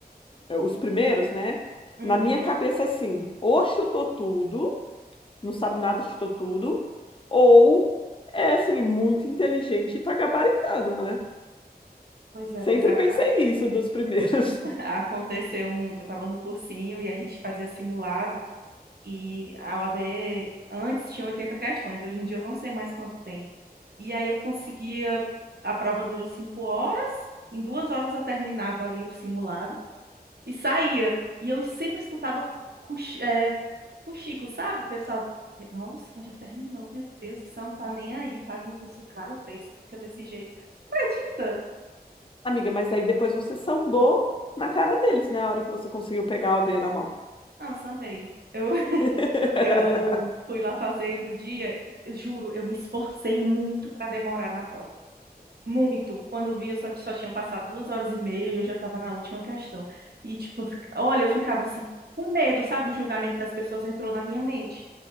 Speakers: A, on the left; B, on the right.
A: eh, os primeiros, né?
B: Uhum.
A: Na minha cabeça, assim, ou chutou tudo, não sabe nada, chutou tudo, ou é, assim, muito inteligente e tá gabaritando, né?
B: Pois
A: Sempre
B: é, pois é.
A: pensei isso dos primeiros. <laughs>
B: Aconteceu muito. Eu estava no cursinho e a gente fazia simulado e a UAB antes tinha 80 questões, hoje em dia eu não sei mais quanto tem. E aí eu conseguia, a prova dura cinco horas, em duas horas eu terminava ali o simulado e saía. E eu sempre escutava fu- cux- é, fuxico, sabe, pessoal? Nossa, mas já terminou, meu Deus, você não tá nem aí, paga um curso caro desse, fica desse jeito. Acredita?
A: Amiga, mas aí depois você sambou na cara deles, né? A hora que você conseguiu pegar o B na mão.
B: Não, sambei. Eu,
A: <laughs>
B: Eu fui lá fazer e no dia, eu juro, eu me esforcei muito para demorar na prova. Muito. Quando eu vi, eu só, só tinha passado duas horas e meia e eu já estava na última questão. E, tipo, eu fica- olha, eu ficava assim, com medo, sabe? O julgamento das pessoas entrou na minha mente.